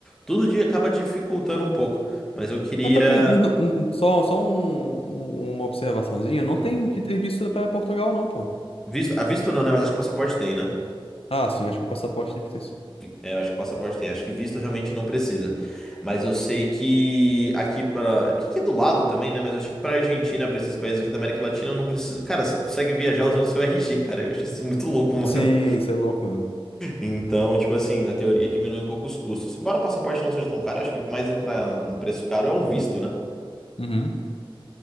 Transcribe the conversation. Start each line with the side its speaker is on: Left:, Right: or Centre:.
Centre: tudo dia acaba dificultando um pouco. Mas eu queria.
Left: Mas pior que eles- n- n- só, só um- um, uma observaçãozinha, não
Centre: Hum,
Left: tem que ter visto pra Portugal, não, pô.
Centre: visto, ah, visto não, né? Mas acho que passaporte tem, né?
Left: Ah, sim, acho que o passaporte tem que ter sido.
Centre: É, eu acho que passaporte tem. Acho que visto realmente não precisa. Mas eu sei que aqui pra. É porque Aqui que é do lado também, né? Mas eu achei que pra Argentina, pra esses países aqui da América Latina, não precisa. Cara, você consegue viajar usando seu RG, cara. Eu achei isso muito louco, <laughs> mano.
Left: Sim, isso é louco mesmo.
Centre: Então, tipo assim, na teoria diminui um pouco os custos. Embora o passaporte não seja tão caro, acho que o que mais entra no preço caro é um visto, né?
Left: Uhum.